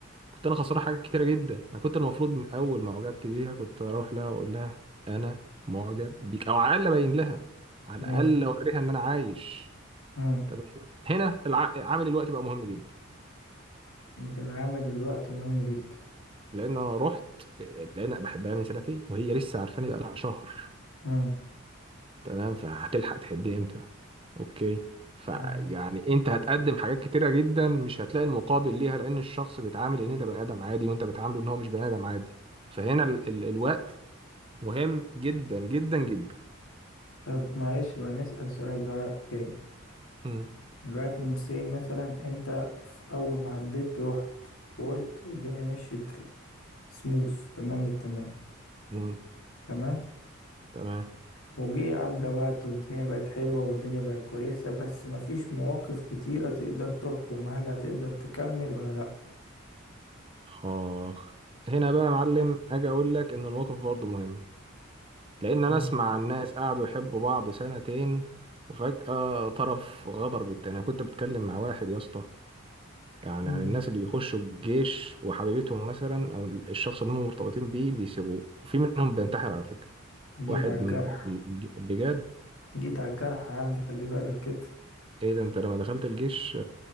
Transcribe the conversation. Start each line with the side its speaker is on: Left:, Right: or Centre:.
Right: كنت انا خسران حاجات كتيره جدا انا كنت المفروض من اول ما اعجبت بيها كنت اروح لها واقول لها انا معجب بيك او على الاقل ابين لها على الاقل
Left: ماشي
Right: اوريها ان انا عايش
Left: امم
Right: تمام هنا الع... عامل الوقت بقى مهم جدا
Left: العمل الوقت مهم جدا
Right: لان انا رحت لان أنا بحبها من سنتين وهي لسه عارفاني بقى لها شهر
Left: امم
Right: تمام فهتلحق تحبيه امتى اوكي فيعني
Left: أيوة.
Right: انت هتقدم حاجات كتيره جدا مش هتلاقي المقابل ليها لان الشخص بيتعامل ان انت بني ادم عادي وانت بتعامله ان هو مش بني ادم عادي فهنا ال ال الوقت مهم جدا جدا جدا
Left: طب معلش بقى نسأل سؤال بقى تاني
Right: مم.
Left: دلوقتي انت say مثلا انت في اول ما حبيت رحت وقلت والدنيا مشيت سموث تمام التمام
Right: مم.
Left: تمام
Right: تمام
Left: وجه عدى وقت والدنيا بقت حلوة والدنيا بقت كويسة بس مفيش مواقف كتيرة تقدر تحكم هل هتقدر تكمل ولا لأ
Right: اخ هنا بقى يا معلم اجي اقول لك ان الموقف برضه مهم لان انا
Left: فاهم؟
Right: اسمع عن ناس قعدوا يحبوا بعض سنتين وفجأة طرف غدر بالتاني انا كنت بتكلم مع واحد يا اسطى يعني
Left: مم.
Right: عن الناس اللي بيخشوا الجيش وحبيبتهم مثلا او الشخص اللي هم مرتبطين بيه بيسيبوه وفي منهم بينتحر على فكره
Left: جيت
Right: واحد
Left: على الجرح
Right: من جوه الج- البجاد
Left: جيت على الجرح عندي خلي بالك كده
Right: ايه ده انت لما دخلت الجيش